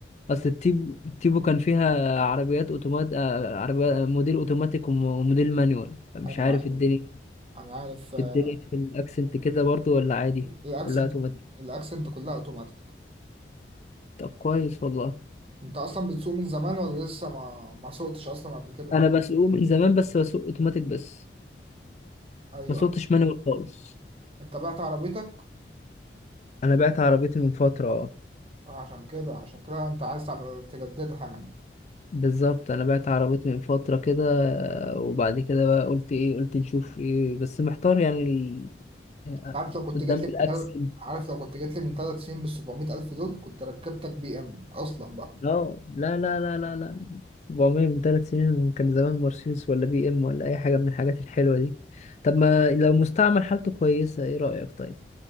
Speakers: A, on the left (about 40°); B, on the right (about 30°).
A: اصل التيبو التيبو كان فيها عربيات اوتومات آه، عربيات موديل اوتوماتيك وم- وموديل مانيوال فمش
B: انا
A: عارف
B: عارف
A: الدنيا
B: انا عارف
A: في
B: آه،
A: الدنيا في الاكسنت كده برضو ولا عادي
B: الاكسنت
A: ولا اوتوماتيك
B: الاكسنت كلها اوتوماتيك
A: طب كويس والله
B: انت اصلا بتسوق من زمان ولا لسه ما ما سوقتش اصلا قبل كده
A: انا بسوق من زمان بس بسوق اوتوماتيك بس
B: ايوه
A: ما سوقتش مانيوال خالص
B: انت بعت عربيتك
A: انا بعت عربيتي من فترة اه
B: آه، عشان كده عشان كده انت عايز تعمل تجددها يعني
A: بالظبط انا بعت عربيتي من فترة كده آه، وبعد كده بقى قلت ايه قلت نشوف ايه بس محتار يعني ال- آه،
B: أنت عارف لو كنت
A: قدام
B: جيت
A: الاكسنت
B: لي من تلات- عارف لو كنت جيت لي من ثلاث سنين بال 700 الف دول كنت ركبتك بي ام اصلا بقى
A: اه لا لا لا لا لا 400 من ثلاث سنين كان زمان مرسيدس ولا بي ام ولا اي حاجه من الحاجات الحلوه دي طب ما لو مستعمل حالته كويسه ايه رايك طيب